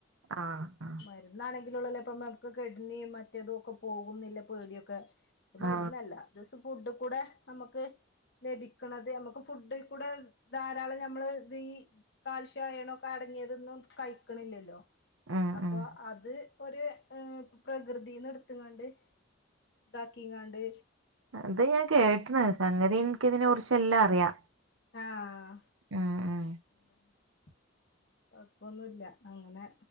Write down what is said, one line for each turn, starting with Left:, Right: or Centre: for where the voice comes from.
Right: ആ ആ
Left: മരുന്ന് എന്നാണെങ്കിലുള്ളല്ലോ ഇപ്പ നമുക്ക് <unintelligible> മറ്റേതും ഒക്കെ പോകുന്നില്ല പേടിയൊക്കെ മരുന്നല്ല
Right: ആ
Left: <unintelligible> ഫുഡ് കൂടെ നമുക്ക് ലഭിക്കാണത് നമുക്ക് ഫുഡികൂടെ ധാരാളം നമ്മള് ഇത് ഈ കാൽഷ്യം അയോൺ അടങ്ങിയതൊന്നും കഴിക്കണില്ലല്ലോ
Right: ഉം
Left: അപ്പോ
Right: ഉം
Left: അത് ഒരു പ്രകൃതിന്നടുത്കൊണ്ട് ഇതാക്കിയങ്ങണ്ട്
Right: അത് ഞാൻ കേട്ടണ് സംഗതി എനിക്ക് ഇതിനെ കുറിച്ച്
Left: ഉം
Right: എല്ലാം അറിയാം
Left: ആഹ്
Right: ആഹ് ആഹ്
Left: <inaudible> കൊഴപ്പൊന്നുല്ല അങ്ങനെ